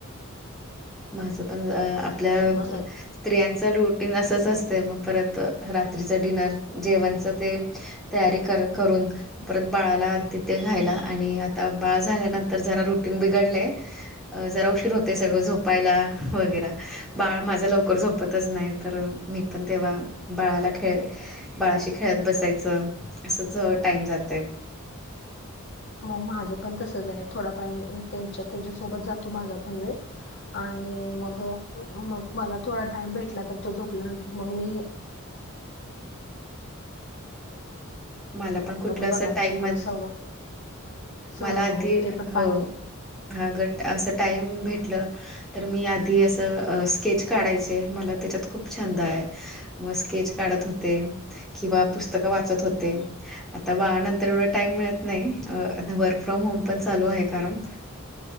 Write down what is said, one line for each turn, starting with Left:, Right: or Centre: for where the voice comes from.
Centre: माझं पण अ आपल्या
Left: बसायचं
Centre: स्त्रियांच रोटीन असंच असतंय मग परत रात्रीच डिनर जेवणच तेन तयारी कर करून परत बाळाला देते ख्यायला आणि आता बाळ झाल्यानंतर जरा रुटीन बिघडलय जरा उशीर होतंय सगळं झोपायला वगैरे बाळ माझा लवकर झोपतच नाही तर मी पण तेव्हा बाळाला खेळ बाळाशी खेळात बसायचं असच टाइम जातय
Left: मग माझं पण तसंच आहे थोडा पण त्यांच्या त्याच्यासोबत जातो माझा पण वेळ आणि मग मग मला थोडा टाइम भेटला तर तो झोपल्यानंतर मग मी
Centre: मला पण कुठलं अस
Left: बघायची
Centre: टाईम
Left: मला
Centre: म
Left: सव सवय
Centre: मला आधी
Left: आहे ते पण
Centre: हो
Left: पाहते
Centre: हा गट असं टाइम भेटलं तर मी आधी असं स्केच काढायचे मला त्याच्यात खूप छंद आहे मग स्केच काढत होते किंवा पुस्तकं वाचत होते आता बाळानंतर एवढा टाइम मिळत नाही वर्क फ्रॉम होम पण चालू आहे कारण